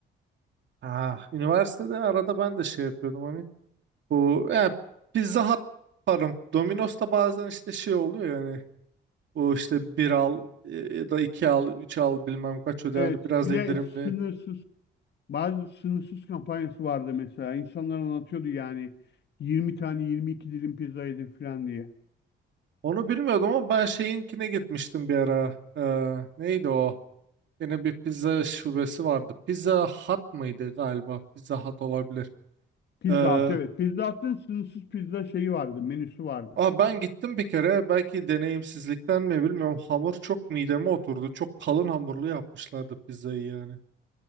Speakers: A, on the right; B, on the left.
A: Ah, üniversitede arada ben de şey yapıyordum hani, Bu ya Pizza Hut pardon Domino's'ta bazen işte şey oluyor yani bu işte bir al e, ya da iki al üç al bilmem kaç öde
B: Evet
A: yani biraz
B: bir
A: indirimli.
B: de sınırsız bazı sınırsız kampanyası vardı mesela. İnsanlar anlatıyordu yani 20 tane 22 dilim pizza yedim falan diye.
A: Onu bilmiyordum ama ben şeyinkine gitmiştim bir ara. Ee, neydi o? Yine bir pizza şubesi vardı. Pizza Hut mıydı galiba? Pizza Hut olabilir.
B: Pizza
A: Ee,
B: Hut evet. Pizza Hut'ın sınırsız pizza şeyi vardı menüsü vardı.
A: aa ben gittim bir kere belki deneyimsizlikten mi bilmiyorum hamur çok mideme oturdu. Çok kalın hamurlu yapmışlardı pizzayı yani.